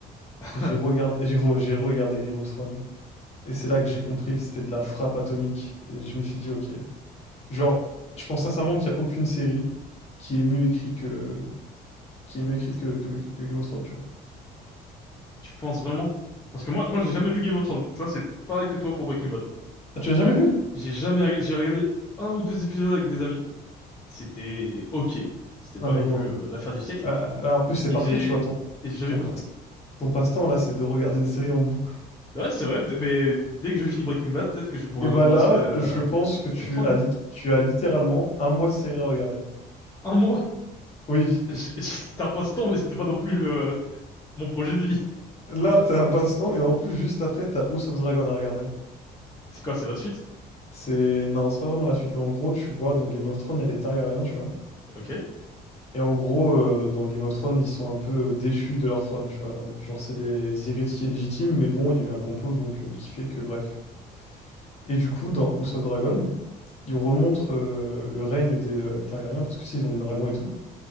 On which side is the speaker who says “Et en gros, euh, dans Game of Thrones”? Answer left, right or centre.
Left